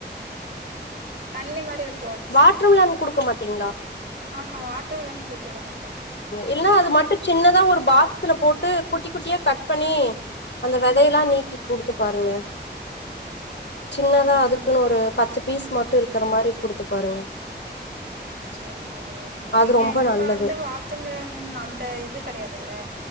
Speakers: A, on the right; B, on the left.
A: தண்ணி மாரி விட்
B: வாட்டர்மெலன் குடுக்க மாட்டீங்களா
A: ஆஆ வாட்டர்மெலன் குடுத்தூட மாட்ட
B: இல்லனா அது மட்டு சின்னதா ஒரு பாக்ஸ்ல போட்டு குட்டி குட்டியா கட் பண்ணி அந்த வெதையெல்லா
A: ம்
B: நீக்கி குடுத்து பாருங்க சின்னதா
A: ம்
B: அதுக்
A: ம்
B: க்குன்னு ஒரு பத்து பீஸ் மட்டு இருக்கற மாரி குடுத்து பாருங்க
A: சேரி ஓகேங்க
B: அது
A: ஏங்க
B: ரொம்ப
A: இப்ப
B: நல்லது
A: வந்து வாட்டர் மெலன் அந்த இதுக் கெடையாதுல்ல